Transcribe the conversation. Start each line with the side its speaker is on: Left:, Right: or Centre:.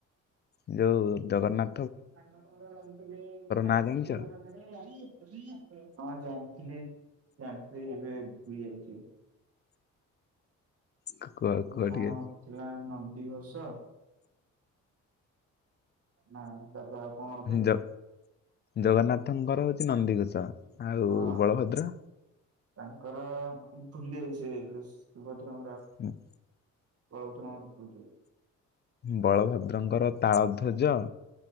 Left: ଯୋଉ ଜଗନ୍ନା
Right: <inaudible> ହଁ
Left: ନାଁ ଜାଣିଛ?
Right: ଜାଣିଥିଲେ ଜାଣିଥିଲି ଯିବେ ଭୁଲି ଯାଉଚି।
Left: କୁ- କୁହ
Right: ଆଉଟେ
Left: କୁହ
Right: କଁ
Left: ଟିକେ
Right: ଥିଲା ନଦୀଘୋଷ ନା ତାପରେ ଆଉ କଣ ଗୋଟେ
Left: ଜ ଜଗନ୍ନାଥଙ୍କର ହଉଛି ନନ୍ଦିଘୋଷ ଆଉ
Right: ହଁ
Left: ବଳଭଦ୍ର
Right: ତାଙ୍କର ଭୁଲି ଯାଇଛି ସେ ସୁଭଦ୍ରା
Left: ହୁଁ
Right: ବଳଭଦ୍ରଙ୍କ
Left: ବଳଭଦ୍ରଙ୍କର ତାଳ ଧ୍ୱଜ।